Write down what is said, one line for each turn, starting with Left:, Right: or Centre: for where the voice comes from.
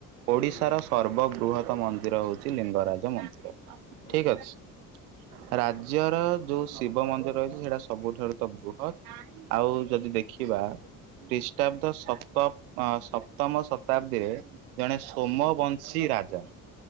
Right: ଓଡ଼ିଶାର
Left: ଆଜ୍ଞା
Right: ସର୍ବବୃହତ ମନ୍ଦିର ହଉଛି ଲିଙ୍ଗରାଜ ମନ୍ଦିର। ଠିକ୍
Left: ଆଜ୍ଞା
Right: ଅଛି
Left: ଆଜ୍ଞା।
Right: ରାଜ୍ୟର ଯୋଉ ଶିବ ମନ୍ଦିର ରହିଛି ସେଇଟା ସବୁଠାରୁ ତ ବୃହତ୍ ଆଉ
Left: ଆଜ୍ଞା
Right: ଯଦି ଦେଖି ଦେଖିବା ଖ୍ରୀଷ୍ଟାବ୍ଦ୍ ସପ୍ତ-ସପ୍ତମ ଶତାବ୍ଦୀରେ ଜଣେ ତୋମବଂଶୀ
Left: ଆଜ୍ଞା
Right: ରାଜା